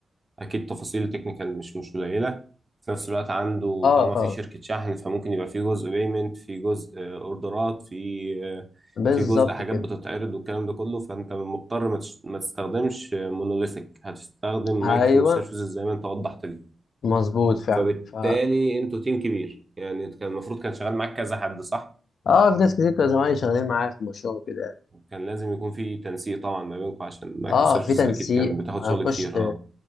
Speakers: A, on the right; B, on the left.
A: اكيد تفاصيل تكنيكال مش مش قليله في نفس الوقت عنده
B: اه,
A: طالما
B: آه
A: في شركه شحن فممكن يبقى في جزء بيمنت في جزء آه، اوردرات في آه،
B: بالظبط
A: في جزء حاجات
B: كده
A: بتتعرض والكلام ده كله فانت مضطر ما تش- ما تستخدمش مونوليثيك هتستخدم
B: ايوه
A: مايكرو سيرفيسز زي ما انت وضحت لي
B: مظبوط فعلا
A: فبالتالي
B: ف
A: انتوا تيم كبير يعني كان المفروض كان شغال معاك كذا حد صح
B: اه في ناس كتير كانوا زمايلي شغالين معايا في المشروع وكده يعني
A: كان لازم يكون في تنسيق طبعا ما بينكم عشان مايكرو
B: اه
A: سيرفيسز
B: في تنسيق
A: اكيد كان بتاخد
B: هنخش
A: شغل كتير اه